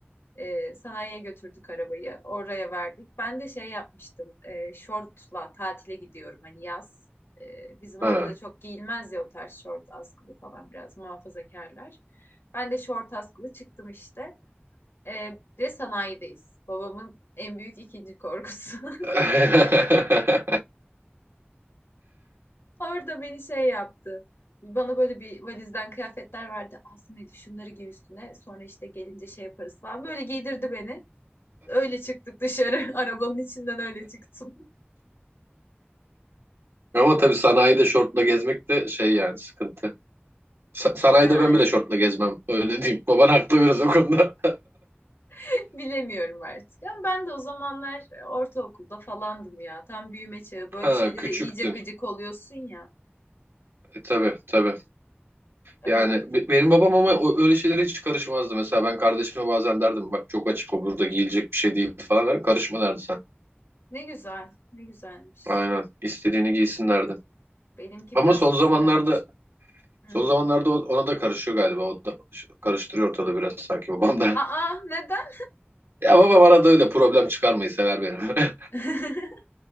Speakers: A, on the left; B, on the right.
A: Ee, sanayiye götürdük arabayı. Oraya verdik. Ben de şey yapmıştım. E, şortla tatile gidiyorum hani yaz. Ee, bizim orada
B: Ha.
A: da çok giyilmez ya o tarz şort askılı falan biraz muhafazakarlar. Ben de şort askılı çıktım işte. Ee, ve sanayideyiz. Babamın en büyük ikinci korkusu. <laughs>
B: <laughs>
A: Orada beni şey yaptı. Bana böyle bir valizden kıyafetler verdi. Aslında dedi şunları giy üstüne. Sonra işte gelince şey yaparız falan. Böyle giydirdi beni. Öyle çıktık dışarı. <laughs> Arabanın içinden öyle çıktım.
B: Ama tabii sanayide şortla gezmek de şey yani sıkıntı. Sa- sanayide
A: Yani
B: ben bile şortla gezmem. Öyle diyeyim. Baban haklı biraz o konuda.
A: <laughs> bilemiyorum artık. Ama ben de o zamanlar ortaokulda falandım ya. Tam büyüme çağı. Böyle
B: <laughs>
A: şeylere
B: Ha, küçüktün.
A: iyice gıcık oluyorsun ya.
B: E, tabii tabii.
A: Öyle
B: Yani
A: bir durum.
B: be- benim babam ama o- öyle şeylere hiç karışmazdı. Mesela ben kardeşime bazen derdim bak çok açık o burada giyilecek bir şey değil falan. Karışma derdi sen.
A: Ne güzel. Ne güzelmiş.
B: Aynen. İstediğini giysin derdi.
A: Benimki
B: Ama
A: biraz
B: son
A: kıskanç.
B: zamanlarda
A: Hı
B: Son
A: hı.
B: zamanlarda o- ona da karışıyor galiba. O da ş- karıştırıyor ortada biraz sanki babam da.
A: Aa neden?
B: <laughs> Ya babam arada öyle problem çıkarmayı sever benim. <laughs>
A: <laughs>